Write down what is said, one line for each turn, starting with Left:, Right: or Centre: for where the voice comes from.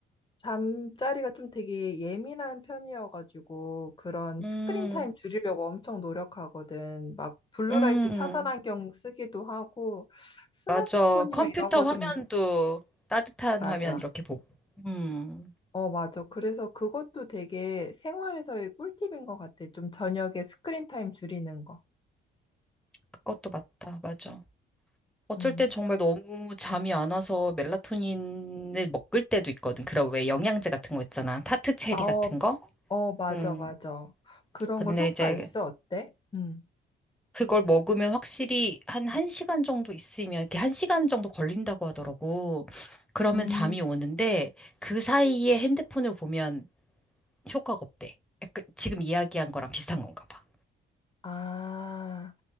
Left: 잠자리가 좀 되게 예민한 편이어가지고 그런
Centre: 음,
Left: 스크린 타임 줄이려고 엄청 노력하거든. 막 블루라이트
Centre: 음.
Left: 차단 안경 쓰기도 하고 스마트폰이나
Centre: 맞아. 컴퓨터
Left: 이런 거
Centre: 화면도
Left: 좀
Centre: 따뜻한
Left: 맞아.
Centre: 화면 이렇게 보고. 음,
Left: 어, 맞아. 그래서 그것도 되게 생활에서의 꿀팁인 것 같아. 좀 저녁에 스크린 타임 줄이는 거.
Centre: 그것도 맞다. 맞아. 어쩔
Left: 음.
Centre: 땐 정말 너무 잠이 안 와서 멜라토닌을 먹을 때도 있거든. 그런 왜 영양제 같은 거 있잖아. 타트 체리
Left: 어,
Centre: 같은 거?
Left: 어, 맞아,
Centre: 음.
Left: 맞아. 그런
Centre: 근데
Left: 거 효과
Centre: 이제
Left: 있어? 어때? 음.
Centre: 그걸 먹으면 확실히 한 1시간 정도 있으면 이렇게 1시간 정도 걸린다고 하더라고. 그러면
Left: 음,
Centre: 잠이 오는데 그 사이에 핸드폰을 보면 효과가 없대. 약간 지금 이야기한 거랑 비슷한 건가 봐.
Left: 아,